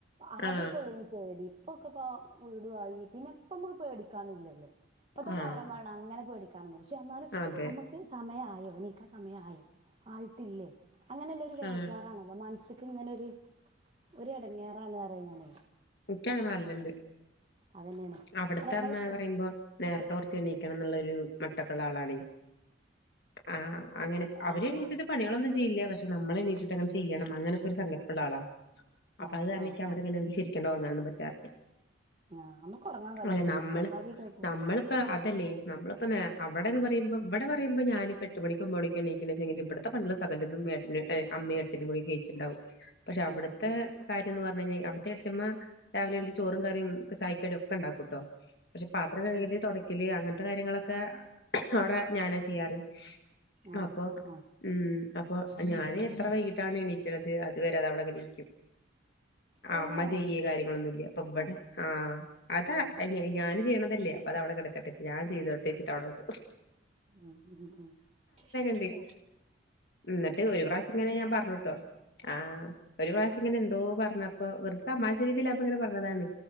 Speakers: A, on the right (about 30°); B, on the left (about 55°).
A: ആദ്യ
B: ആ
A: ക്കൊള്ളേനി പേടി ഇപ്പൊക്കൊപ്പൊ വീടു ആയി പിന്നെ ഇപ്പം നമ്മക്ക് പേടിക്കാനൂല്ലല്ലോ ഇപ്പത്തെ
B: ആ
A: കാലം പറണ അങ്ങനെ പേടിക്കാനൊന്നുല്ല പക്ഷെ എന്നാലും
B: അതെ
A: അമ്മക്ക് സമയായോ എണിക്കാൻ സമയായി ആയിട്ടില്ലേ അങ്ങനെല്ലെ ഒരു വേജാറാണല്ലോ
B: ആ
A: മനസ്സ്ക്ക് ങ്ങനൊര് ഒരു എടങ്ങേറാണ് റ്യേ ഞാന്
B: ഇക്കങ്ങനെ വെര്ല്ണ്ട്
A: അതന്നെയാണ്
B: അവട്ത്തെ
A: അല്ല നമ്മളത്
B: അമ്മ
A: സ്ത്രീ
B: പറയുമ്പോ നേർത്തെ കൊർച്ച് എണീക്കണം ന്നുള്ളൊര് ഒരു മട്ടക്കുള്ള ആളാണേ ആ അങ്ങനെ അവര്
A: ആഹ്
B: എണീറ്റ്ട്ട്
A: ആഹ്
B: പണികളൊന്നും ചെയ്യില്ല്യ പക്ഷേ നമ്മളെണീറ്റിട്ടങ്ങനെ ചെയ്യണം അങ്ങനൊക്കെ ഒരു സങ്കല്പളളാ ള അപ്പൊ
A: ആഹ്
B: അഅ് കാരണം
A: ആഹ്
B: ഇക്ക്യവിടെ
A: ആഹ്
B: ങ്ങനെണ്ട് ശെരിക്കണ്ട് ഒറങ്ങാനൊന്നും പറ്റാറില്ല
A: ആഹ് നമുക്ക് ഉറങ്ങാൻ കഴിയൂലേ
B: അല്ലെ നമ്മള്
A: സ്വാഭാവികായിട്ടും
B: നമ്മളിപ്പം അതല്ലേ നമ്മളിപ്പ അവിടെന്ന് പറയുമ്പ ഇവിടെ പറയുമ്പോ ഞാനിപ്പോ എട്ട് മണിക്കും ഒമ്പത് മണി എണീക്കണെ ച്ചെങ്കില് ഇബട്ത്തെ പണികളും സകലതും ഏട്ടനും ഏ അമ്മയും എട്ടത്തി അമ്മയും കൂടി ചേച്ചി ണ്ടാവും പക്ഷെ അവട്ത്തെ
A: ആഹ് ആഹ്
B: കാര്യംന്ന് പറ <unintelligible> അവ്ട്ത്തെ എട്ടത്തിമ്മ രാവിലെ എണീച്ച് ചോറും കറിയും ചായക്കടിം ഒക്കെ ണ്ടാക്കും കുട്ടോ പക്ഷെ പാത്രം കഴുകല്
A: ഉം
B: തുടക്കല് അങ്ങനെ ത്തെ കാര്യങ്ങളൊക്കെ അവിടെ ഞാനാ ചെയ്യാറ്
A: ആഹ്
B: അപ്പോ
A: ആഹ് ആഹ്
B: ഉം അപ്പൊ ഞാന് എത്ര വൈകിട്ടാണ് എണീക്കണത് അത് വരെ അത് അവിടെ ഇരിക്കും ആ
A: തന്നെ
B: അമ്മ ചെയ്യേ കാര്യങ്ങളൊന്നും ഇല്ല്യ അപ്പൊ ഇവിടെ ആ അതാ
A: ആഹ്
B: ഞാന് ചെയ്യണതല്ലേ അപ്പൊ അത് അവിടെ കിടക്കട്ടെ ഞാൻ ചെയ്തോട്ടേച്ച് അവടെ ഇടും
A: ഉം ഉം ഉം അക്ക
B: ഉണ്ട് എന്നിട്ട് ഒരു പ്രാവശ്യം ഇങ്ങനെ ഞാൻ പറഞ്ഞുട്ടോ ആ ഒരു പ്രാവശ്യം ഇങ്ങനെ എന്തോ പറഞ്ഞപ്പോ വെറുതെ തമാശ രീതിയിൽ അപ്പ ഇങ്ങനെ പറഞ്ഞതാണ്